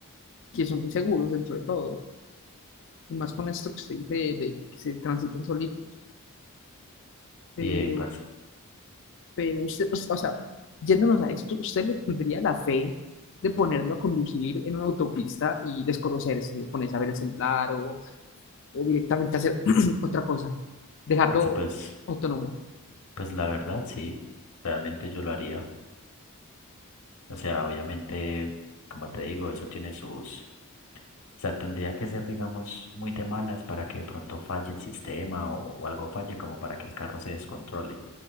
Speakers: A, on the left; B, on the left.
A: que son muy seguros dentro de todo, y más con esto que usted dice de, de que se transitan solitos. Pero
B: Y eh, parce,
A: Pero usted, o sea, yéndonos a esto, ¿usted le tendría la fe de ponerlo a conducir en una autopista y desconocerse, ponerse a ver el celular o, o directamente hacer <clears throat> otra cosa? Dejarlo
B: parce, pues,
A: autónomo.
B: pues la verdad sí, realmente yo lo haría. O sea, obviamente, como te digo, eso tiene sus O sea, tendría que ser, digamos, muy de malas para que de pronto falle el sistema o, o algo falle como para que el carro se descontrole.